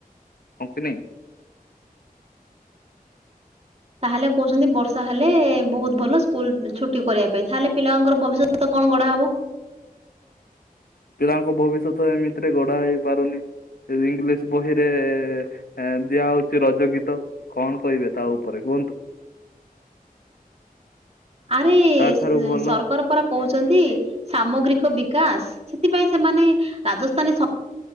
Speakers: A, on the left; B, on the right.
A: ହଁ କି ନାଇଁ?
B: ତାହେଲେ କହୁଛନ୍ତି ବର୍ଷା ହେଲେ ବହୁତ ଭଲ ସ୍କୁଲ ଛୁଟି କରିବା ପାଇଁ ତାହେଲେ ପିଲାଙ୍କର ଭବିଷ୍ୟତ କଣ? ପଡା ହବ।
A: ପିଲାଙ୍କ ଭବିଷ୍ୟତ ଏମିତିରେ ଗଢା ହେଇ ପାରୁନି। ଇଂଲିଶ ବହିରେ ଏ ଦିଆ ହଉଛି ରଜ ଗୀତ କଣ କହିବେ ତା ଉପରେ କୁହନ୍ତୁ? <inaudible>
B: ଆରେ ଏ
A: ତା ଠାରୁ ଭଲ
B: ସରକାର ପରା କହୁଛନ୍ତି ସାମଗ୍ରୀକ ବିକ ବିକାଶ ସେଥିପାଇଁ ସେମାନେ ରାଜସ୍ଥାନୀ ସ